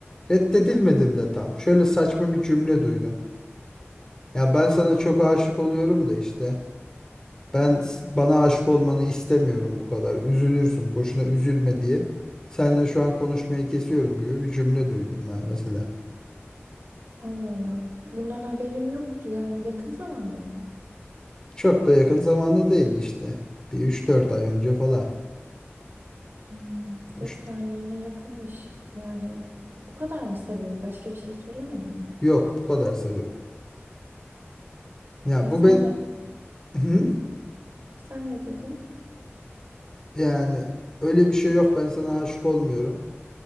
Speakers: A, on the left; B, on the right.
A: Reddedilmedim de tam. Şöyle saçma bir cümle duydum. Ya ben sana çok aşık oluyorum da işte. Ben s- bana aşık olmanı istemiyorum bu kadar. Üzülürsün. Boşuna üzülme diye. Seninle şu an konuşmayı kesiyorum gibi bir cümle duydum ben mesela.
B: Allah Allah. Bundan haberim yoktu. Yani yakın zamanda mı?
A: Çok da yakın zamanda değil işte. Bir üç dört ay önce falan.
B: Hmm,
A: Üç-
B: yok yani yine yakınmış. Yani bu kadar mı sebebi? Başka bir şey söylemedi mi?
A: yok bu kadar sebep. Ya
B: E sen
A: bu ben
B: ne,
A: Hı?
B: sen ne dedin?
A: yani öyle bir şey yok ben sana aşık olmuyorum